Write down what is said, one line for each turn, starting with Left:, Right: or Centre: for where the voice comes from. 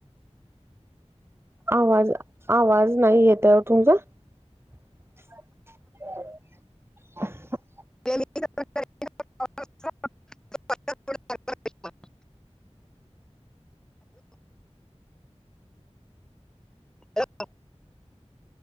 Right: आवाज <inaudible> आवाज नाही येत आहे तुमचा <inaudible>
Centre: <inaudible> ह <inaudible>